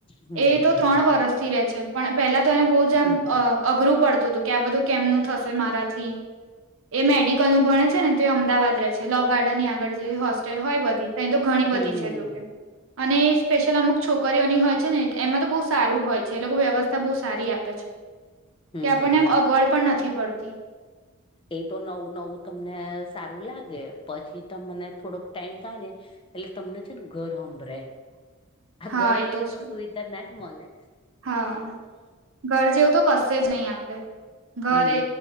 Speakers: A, on the left (about 25°); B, on the right (about 60°).
A: હમ
B: એ
A: હમ
B: તો ત્રણ
A: હમ હમ
B: વરષથી રે છે પણ પેલા તો એને બહુ જ આમ
A: હમ
B: અ અઘરું પડતું હતું કે આ બધું કેમનું થશે મારાથી. એ મેડિકલ નું ભણે છે ને તો એ અમદાવાદ રહે છે લો ગાર્ડન ની આગળ જે હો સ્ટેલ હોય બધી અ તો ઘણી
A: હમ
B: બધી
A: હમ
B: છે જોકે
A: હમ હમ હમ હમ
B: અને એ સ્પેશિયલ અમુક છોકરીઓની હોય છે ને એમાં તો બહુ સારું હોય છે એ લોકો વ્યવસ્થા થા બહુ સારી આપે છે
A: હમ હમ
B: કે આપણને
A: હમ હમ
B: એમ અગવડ પણ નથી પડતી.
A: એ તો નવું નવું તમને સારું લાગે પછી ત મને થોડોક ટાઈમ થાય ને એટલે તમને છે ને ઘર સંંભળે, આ
B: હા
A: ઘર જેવી
B: એ
A: તો
B: છે
A: સુવિધા ના જ મળે.
B: હા, ઘર જેવું તો કશે જ નહી આપ ઘરે
A: હમ